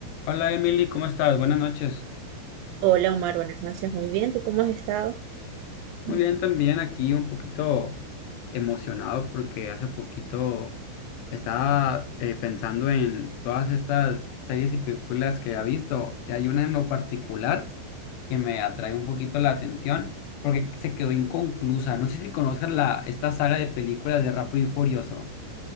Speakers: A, on the left (about 80°); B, on the right (about 80°).
A: Hola Emily, ¿cómo estás? Buenas noches.
B: Hola, Omar, buenas noches. Muy bien, ¿tú cómo has estado?
A: Muy
B: Mm.
A: bien, también aquí un poquito emocionado porque hace poquito estaba eh, pensando en todas estas series y películas que ha visto y hay una en lo particular que me atrae un poquito la atención porque se quedó inconclusa. No sé si conozcas la, esta saga de películas de Rápido y Furioso.